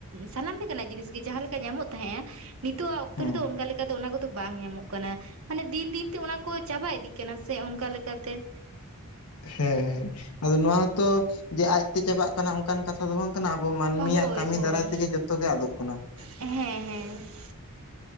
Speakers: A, on the right (about 65°); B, on the left (about 85°).
A: ᱥᱟᱱᱟᱢ ᱞᱮᱠᱟᱱᱟᱜ ᱡᱤᱱᱤᱥ ᱜᱮ ᱡᱟᱦᱟᱸ ᱞᱮᱠᱟ ᱧᱟᱢᱚᱜ ᱛᱟᱦᱮᱸᱜ-ᱟ ᱱᱤᱛᱚᱜ ᱟᱜ ᱚᱠᱛᱚ
B: ᱦᱮᱸ
A: ᱨᱮᱫᱚ ᱚᱱᱠᱟ ᱞᱮ ᱠᱟ ᱫᱚ ᱚᱱᱟ ᱠᱚᱫᱚ ᱵᱟᱝ ᱧᱟᱢᱚᱜ ᱠᱟᱱᱟ ᱾ ᱢᱟᱱᱮ ᱫᱤᱱ ᱫᱤᱱ ᱛᱮ ᱚᱱᱟ ᱠᱚ ᱪᱟᱵᱟ ᱤᱫᱤᱜ ᱠᱟᱱᱟ ᱥᱮ ᱚᱱᱠᱟ ᱞᱮᱠᱟᱛᱮ ᱾
B: ᱦᱮᱸ ᱦᱮᱸ ᱟᱫᱚ ᱱᱚᱣᱟ ᱦᱚᱛᱚ ᱡᱮ ᱟᱡᱛᱮ ᱪᱟᱵᱟᱜ ᱠᱟᱱᱟ ᱚᱱᱚᱱᱠᱟᱱ ᱠᱟᱛᱷᱟ ᱫᱚ ᱵᱟᱝ ᱠᱟᱱᱟ ᱟᱵᱚ ᱢᱟᱹᱱᱢᱤᱭᱟᱜ
A: ᱦᱳᱭ
B: ᱠᱟᱹᱢᱤ
A: ᱦᱳᱭ
B: ᱫᱟᱨᱟᱭ ᱛᱮᱜᱮ ᱡᱚᱛᱚ ᱜᱮ ᱟᱫᱚᱜ ᱠᱟᱱᱟ ᱾
A: ᱦᱮᱸ ᱦᱮᱸ ᱾ <inaudible>